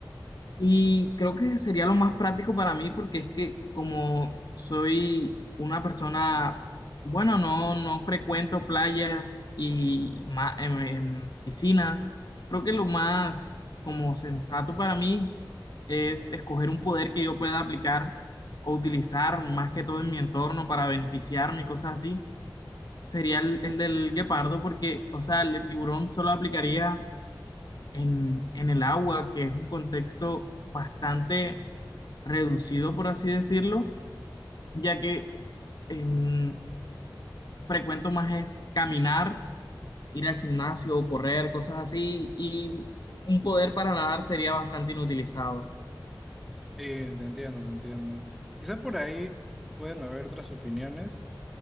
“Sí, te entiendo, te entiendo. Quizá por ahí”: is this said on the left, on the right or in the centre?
Centre